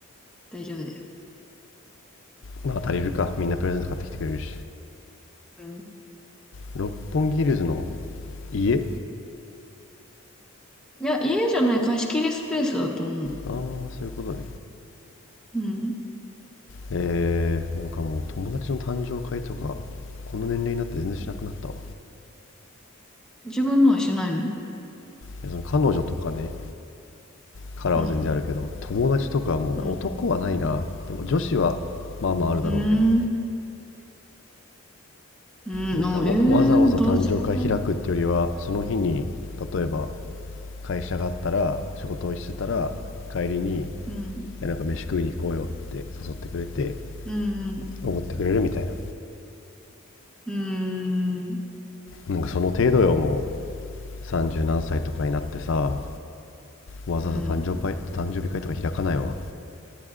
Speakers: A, in the centre; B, on the left.
A: 大丈夫だよ。
B: まあ足りるか。みんなプレゼント買ってきてくれるし。
A: うん。
B: 六本木ヒルズの家あ
A: いや、家じゃない貸し切りスペースだと思う。
B: あ、そういうことね。
A: うん。
B: えー、なんかもう友達の誕生会とか、この年齢になって全然しなくなったわ。
A: 自分のはしないの
B: いやその彼女とかね、からは全然あるけど、
A: うん。
B: 友達とかはもうね、
A: うん。
B: 男はないな。でも女子はまあまああるだろうけど。
A: うーん。うん。
B: なんかわわざわざ誕生会開くってよりは、
A: あ、ええー、男性ない。
B: その日に例えば会社があったら仕事をしてたら帰りにい
A: うん。
B: やなんか飯食いに行こうよって誘ってくれて
A: うん。
B: おごってくれるみたいな
A: うん。うーん。
B: なんかその程度よも
A: う
B: う30何歳とかになってさ
A: ん。
B: わざわざ誕生会誕生日会とか開かないわ
A: うん